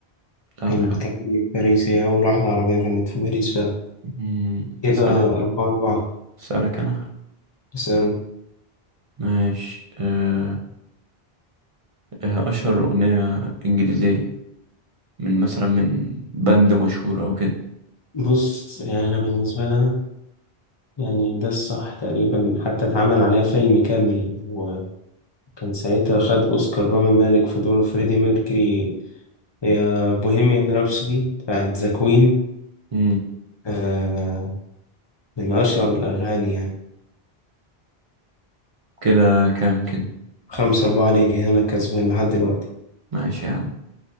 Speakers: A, on the right (about 45°); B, on the left (about 30°).
A: طب
B: كان
A: يا
B: بتغني
A: عم
B: في باريس هي أول واحدة عربية غنت في باريس فعلا
A: مم،
B: كده
A: أسألك
B: أربعة أربعة
A: أسألك أنا
B: اسأل
A: ماشي أه آه، أشهر أغنية إنجليزية من مثلا من بند مشهور أو كده
B: بص يعني أنا بالنسبة لي أنا يعني ده الصح تقريبا حتى اتعمل عليها فيلم كامل وكان ساعتها خد أوسكار رامي مالك في دور فريدي ميركوري يا بوهيميان رابسودي بتاعت ذا كوين
A: مم،
B: آه من أشهر الأغاني يعني
A: كده كام كده
B: خمسة أربعة ليه أنا كسبان لحد دلوقتي
A: ماشي يا عم